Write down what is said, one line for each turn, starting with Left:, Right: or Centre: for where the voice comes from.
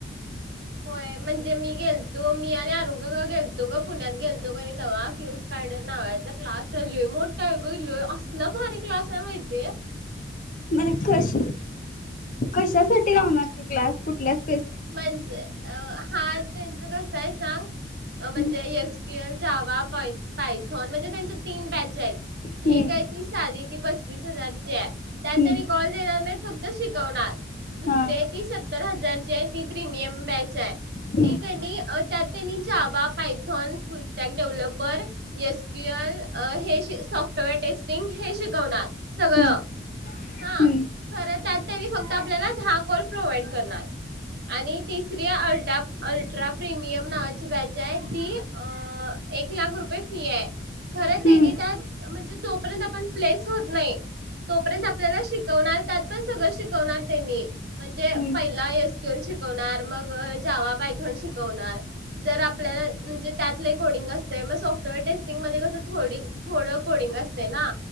Right: होय म्हणजे मी गेलतो मी आणि अरोंग्यग गेलतो ग पुण्यात गेलतो ग तेव्हा क्यू स्पायडर नावाचा क्लासलोय मोठालोय असला भारी क्लास आहे माहितीय
Left: मर कश कशासाठी लावणार तु क्लास कुठल्याच
Right: म्हणजे अ हा त्यांच कसा हाय सांग म्हणजे
Left: हम्म,
Right: S P L, Java, point Python म्हणजे त्यांच तीन बॅच आहेत
Left: हम्म,
Right: एक आहे ती साधी ती प विस हजारची आहे त्यात
Left: हम्म,
Right: त्यांनी कॉल देणार नाही फक त शिकवणार दुसरी
Left: हा,
Right: आहे ती सत्तर हजारची आहे एम ब्याच आहे
Left: हम्म,
Right: ती कनी अं त्यात त्यांनी Java, Python, full stack developer, S Q L अं हे सॉफ्टवेअर टेस्टिंग अं हे शिकवणार सगळं
Left: हम्म,
Right: हा
Left: हम्म, हम्म,
Right: खरं त्यात त फक्त आपल्याला दहा कॉल प्रोव्हाइड करणार आणि तिसरी अल्टा अल्ट्रा प्रिमियम नावाची बॅच आहे ती अ एक लाख रुपये फी आहे. खरं तेनी
Left: हम्म,
Right: त्यात म्हणजे जो पर्यंत आप पण प्लेस होत नाही तोपर्यंत आपल्याला शिकवणार त्यात पण सगळं शिक कवनार त्यांनी म्हणजे
Left: हम्म,
Right: पहिला एस नार मग जावा, पायथॉन शिकवणार जर आपल्याला म्हणजे त्यात लई कोडिंग असतय मग सॉफ्टवेअर टेस्टिंग मध्ये कस थोडी थोडं कोडिंग असतय ना